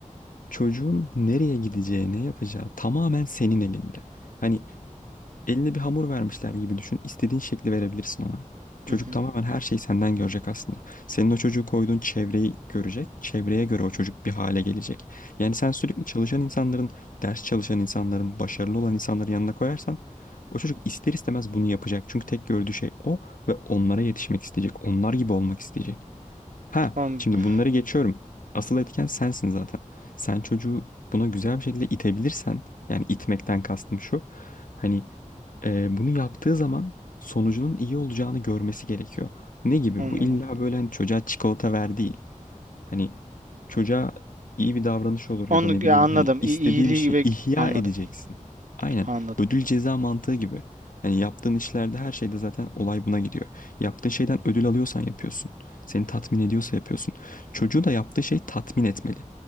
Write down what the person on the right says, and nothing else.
Hı hı.
Anladım.
Anladım.
Onu
ya anladım.
İ- iyiliği
ve
anladım.
Anladım.